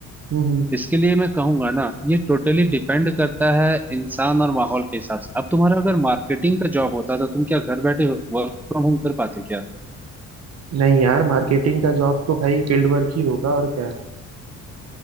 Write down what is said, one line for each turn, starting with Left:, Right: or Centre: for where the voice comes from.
Right: हम्म हम्म।
Centre: इसके लिए मैं कहूंगा ना ये टोटली डिपेंड करता है इंसान और माहौल के हिसाब से अब तुम्हारा अगर मार्केटिंग का जॉब होता तो तुम क्या घर बैठे वर्क फ्रॉम होम कर पाते क्या
Right: नहीं यार मार्केटिंग का जॉब तो भाई फील्ड वर्क ही होगा और क्या